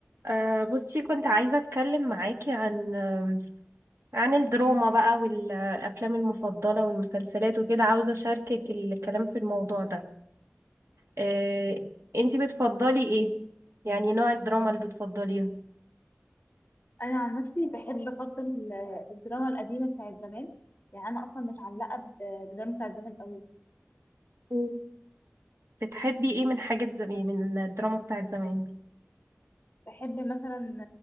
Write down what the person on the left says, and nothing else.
مم.
انا عن نفسي بحب افضل ال- الدراما القديمه بتاعت زمان يعني انا اصلا متعلقه ب- بالدراما بتاعت زمان قوي
بحب مثلا